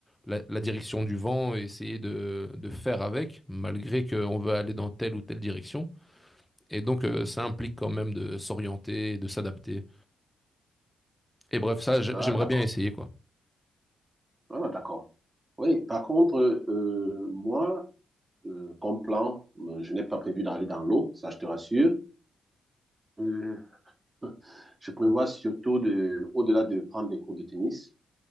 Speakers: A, in the centre; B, on the right (about 25°).
A: la, la direction du vent et essayer de, de faire avec, malgré qu'on veut aller dans telle ou telle direction. Et donc, euh, ça implique quand même de s'orienter, et de s'adapter. Et bref, ça, j-
B: Ah,
A: j'aimerais
B: d'accord.
A: bien essayer, quoi.
B: Ah, d'accord. Oui, par contre, euh, moi, euh, comme plan, euh, je n'ai pas prévu d'aller dans l'eau, ça je te rassure. Euh, <laughs> je prévois surtout de, au-delà de prendre des cours de tennis.